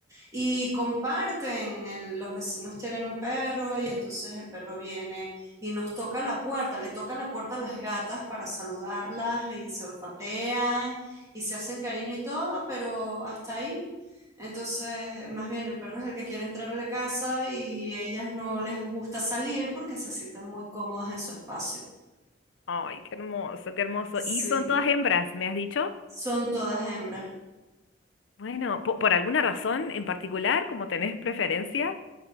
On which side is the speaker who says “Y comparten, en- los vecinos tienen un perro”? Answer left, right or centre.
Right